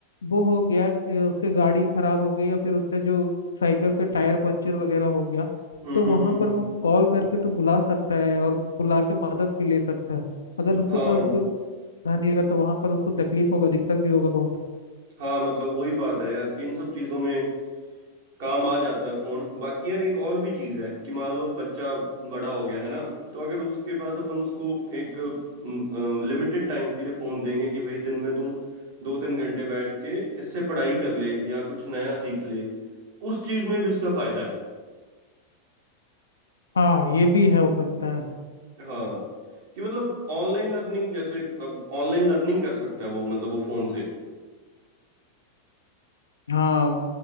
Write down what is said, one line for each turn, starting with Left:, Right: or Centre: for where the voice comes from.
Left: वो हो गया कि उसके गाड़ी खराब हो गई या फिर उसका जो साइकिल का टायर पंचर वगैरह हो गया
Right: हम्म
Left: तो वहाँ
Right: हम्म हम्म हम्म,
Left: पर वो कॉल करके तो बुला सकता है और बुला के मदद भी ले सकता है अगर उसके
Right: हाँ
Left: पास कोई साधन नहीं रहेगा तो वहाँ पर उसको तकलीफ होगा दिक्कत भी होगा बहुत
Right: हाँ मतलब वही बात है यार कि इन सब चीज़ों में काम आ जाता है फ़ोन बाकी यार एक और भी चीज़ है कि मान लो बच्चा बड़ा हो गया है ना तो अगर उसके पास अपन उसको एक लिमिटेड टाइम के लिए फ़ोन देंगे कि भाई दिन में तू दो तीन घंटे बैठ के इससे पढ़ाई कर ले या कुछ नया सीख ले उस चीज़ में भी उसका फ़ायदा है
Left: हाँ ये भी है हो सकता है
Right: हाँ कि मतलब ऑनलाइन लर्निंग जैसे अब ऑनलाइन लर्निंग कर सकता है वो मतलब वो फ़ोन से
Left: हाँ